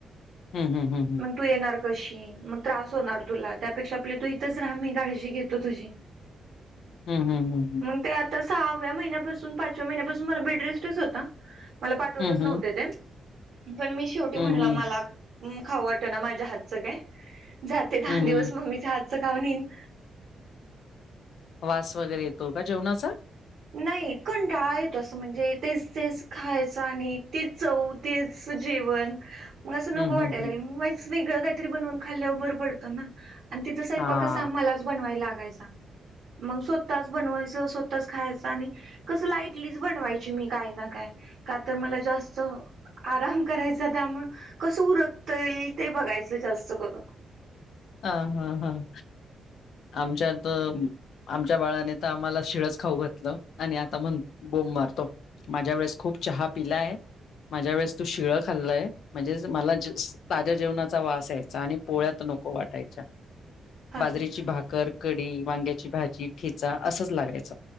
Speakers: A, on the left (about 80°); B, on the right (about 70°).
A: हम्म, हम्म.
B: मग तू येणार कशी मग त्रास होणार तुला त्यापेक्षा आपली तू इथंच राहा मी काळजी घेतो तुझी.
A: ह, ह.
B: मग ते आता सहाव्या महिन्यापासून, पाचव्या महिन्यापासून मला बेडरेस्टच होता. मला पाठवतच
A: हं
B: नव्हते
A: हं.
B: ते पण मी शेवटी
A: हं
B: म्हणल
A: हं.
B: मला खाऊ वाट ना माझ्या हातचं काय. जाते दहा
A: हं
B: दिवस
A: हं.
B: मम्मीचा हातचं खाऊन ईन.
A: वास वगैरे येतो का जेवणाचा?
B: नाही कंटाळा येतो तसं म्हणजे तेच, तेच खायचं आणि तेच चव तेच जेवण. मग असं नको
A: हं
B: वाटायला
A: हं हं.
B: लागलय मग वेगळं काहीरी बनवून खाल्ल्यावर बरं पडतना. आणि तिथं स्वयंपाक
A: हां.
B: कसा मलाच बनवायला लागायचा मग स्वतःच, बनवायच स्वतच, खायच आणि कस लाईटलीच बनवायची मी काय ना काय का तर मला जास्त आराम करायचा त्यामुळे कसं उरकताय ते बघायचं जास्त करून.
A: हा, हा, हां आमच्या त आमच्या बाळाने तर आम्हाला शिळच खाऊ घातलं आणि आता मण बोंब मारतो. माझ्या वेळेस खूप चहा पिलाय माझ्या वेळेस तू शिळं खाल्लंय म्हणजे मला ताज्या जेवणाचा वास आयचा. आणि पोळ्यात नको वाटायच्या
B: हा
A: बाजरीची
B: ना
A: भाकर कडी वांग्याची भाजी ठिचा असंच लागायच.